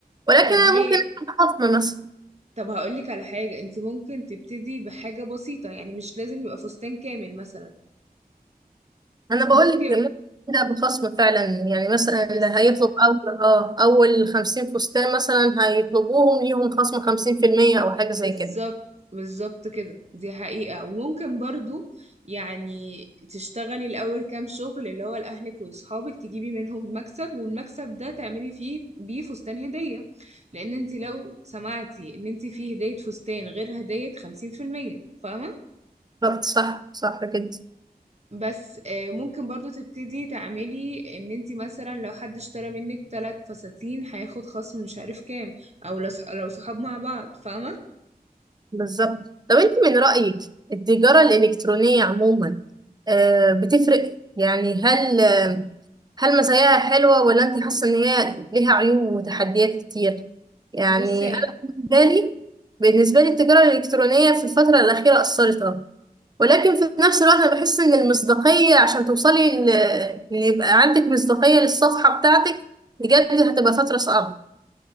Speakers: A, on the right; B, on the right.
A: ولكن
B: طب
A: انا
B: ليه
A: ممكن اخد خصم مثلا
B: طب هقولك على حاجة انت ممكن تبتدي بحاجة بسيطة يعني مش لازم يبقى فستان كامل مثلا
A: انا
B: ممكن
A: بقول لك ممكن ابدا بخصم فعلا يعني مثلا
B: بالظبط
A: اللي هيطلب اول اه اول 50 فستان مثلا هيطلبوهم ليهم خصم 50% او حاجه
B: بالظبط
A: زي كده
B: بالظبط كده دي حقيقة وممكن برضو يعني تشتغلي الأول كام شغل اللي هو لأهلك وأصحابك تجيبي منهم مكسب والمكسب ده تعملي فيه بيه فستان هدية لأن انت لو سمعتي ان انت فيه هدية فستان غير هدية خمسين في المية فاهمة
A: بالظبط صح صح كده
B: بس آه، ممكن برضو تبتدي تعملي ان انتي مثلا لو حد اشترى منك ثلاث فساتين هياخد خصم مش عارف كام او لو صح- لو صحاب مع بعض فاهمة
A: بالظبط طب انت من رأيك التجارة الإلكترونية عموما آه، بتفرق يعني هل آه، هل مزاياها حلوة ولا انت حاسة ان هي ليها عيوب وتحديات كتير يعني
B: بصي
A: انا بالنسبة لي بالنسبة لي التجارة الإلكترونية في الفترة الأخيرة أثرت اه ولكن في نفس الوقت انا بحس ان المصداقية عشان توصلي ل- ان يبقى عندك مصداقية للصفحة بتاعتك بجد هتبقى فترة صعبة